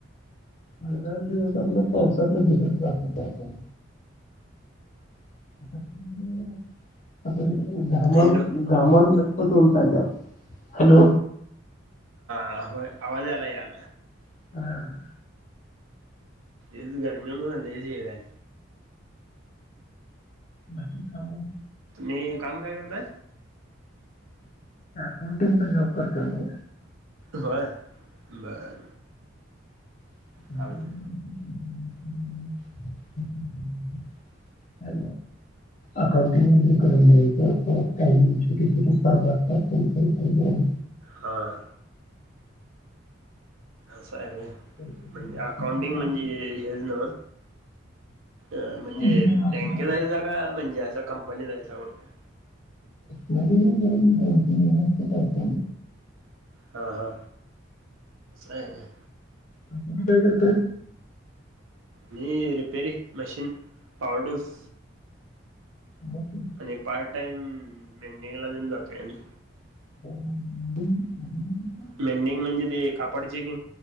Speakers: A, on the left; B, on the right.
A: पहिलाच दिवस आपला पावसातनं भिजत जात होतो आपण. <unintelligible> घामानं
B: हॅलो
A: घामानं लतपत होऊन चालल्यात हॅलो.
B: आ होय आवाज आला याला.
A: हा
B: इ गर्मि म झाले सवा <unintelligible>
A: बाकी कामो.
B: हे काम काय करतय.
A: पेंटिंगचा जॉब करत मी.
B: होय बर.
A: <unintelligible>
B: चालते
A: अ अकण <unintelligible> करून द्यायचं परत काही छोटे- छोटे फरमारतात. तेल
B: हां असं आहे
A: पैसे द्यायचे.
B: म्हणजे अकाउंटिंग म्हणजे हेच ना. अ म्हणजे
A: उजमेळ आपला
B: बँकेत जायचा का म्हणजे असं कंपनी जायचा कुठल्या
A: म ग बत.
B: हा हा आहे.
A: आ तुम्ही काय करताय.
B: मी रिपेरी मशीन पावडस.
A: ब
B: आणि पार्ट टाइम मेंटेनला देन जातोय आणि
A: ह
B: मेंडिंग म्हणजे ते कापडचे की